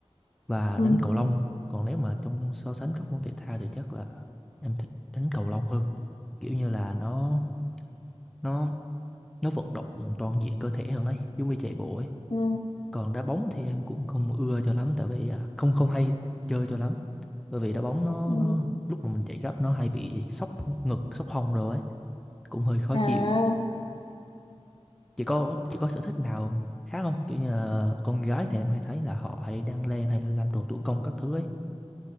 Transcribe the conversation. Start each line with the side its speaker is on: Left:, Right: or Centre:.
Centre: và
Left: ừ
Centre: đánh cầu lông còn nếu mà trong so sánh các môn thể thao thì chắc là em thích đánh cầu lông hơn kiểu như là nó nó nó vận động toàn diện cơ thể hơn ấy giống như chạy bộ ấy
Left: ừ
Centre: còn đá bóng thì em cũng không ưa cho lắm tại vì à, không không hay chơi cho lắm bởi vì đá bóng nó
Left: ừ.
Centre: nó lúc mà mình chạy gấp nó hay bị sốc ngực sốc hông rồi ấy cũng hơi khó
Left: à,
Centre: chịu chị có chị có sở thích nào khác không kiểu như là con gái thì em hay thấy là họ hay đan len hay là làm đồ thủ công các thứ ấy